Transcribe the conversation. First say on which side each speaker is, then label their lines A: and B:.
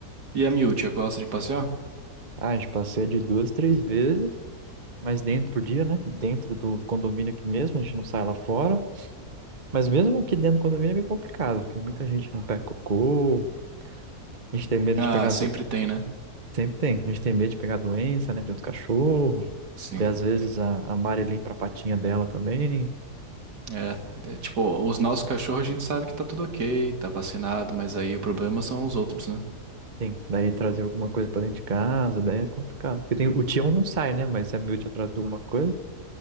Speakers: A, on the right; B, on the right.
A: E a Miúcha gosta de passear?
B: Ah, a gente passeia de duas, três vezes, mas dentro por dia, né? Dentro do do condomínio aqui mesmo, a gente não sai lá fora. Mas mesmo aqui dentro do condomínio é meio complicado, porque muita gente não pega cocô, a gente tem medo
A: Ah,
B: de pegar
A: sempre
B: do-
A: tem, né?
B: Sempre tem. A gente tem medo de pegar doença, né, de outro cachorro.
A: Sim.
B: Daí, às vezes, a, a Mari limpa a patinha dela também.
A: É, é, tipo, os nossos cachorros a gente sabe que tá tudo ok, tá vacinado, mas aí o problema são os outros, né?
B: Sim, daí trazer alguma coisa pra dentro de casa, daí é complicado. Porque tem, o Tião não sai, né? Mas se a Miúcha atrás de alguma coisa,